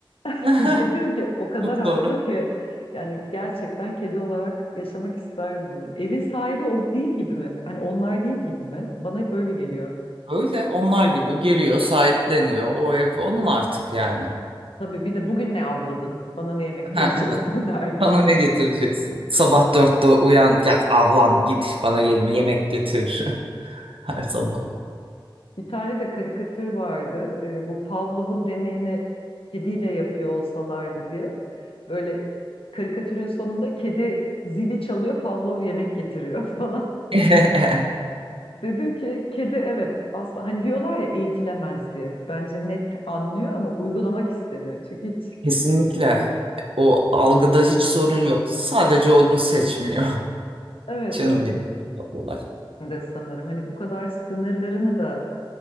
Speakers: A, on the left; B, on the right.
A: <laughs>
B: <laughs>
A: Dedim ki o kadar
B: Çok
A: haklı
B: doğru.
A: ki yani gerçekten kedi olarak yaşamak isterdim böyle. Evin sahibi o değil gibi mi? Hani onlar değil gibi mi? Bana hep öyle geliyor.
B: Öyle onlar gibi giriyor, sahipleniyor. O ev onun artık yani.
A: Tabii bir de bugün ne avladın? Bana ne yemek vereceksin
B: Ha, evet.
A: <laughs> der gibi.
B: Bana ne getireceksin? Sabah dörtte uyan, yat, avlan, git bana gelme yemek getir <laughs> her sabah.
A: Bir tane de karikatür vardı. Ee, bu Pavlov'un deneyini kediyle yapıyor olsalardı diye. Böyle karikatürün sonunda kedi zili çalıyor, Pavlov yemek getiriyor <laughs> falan.
B: <laughs>
A: Dedim ki kedi evet asla hani diyorlar ya eğitilemez diye. Bence net anlıyor ama uygulamak istemiyor. Çünkü hiç
B: Kesinlikle o algıda hiç sorun yok. Sadece onu seçmiyor. <laughs>
A: evet
B: Canım
A: evet
B: benim çok tatlılar.
A: ben de sanırım hani bu kadar sınırlarını da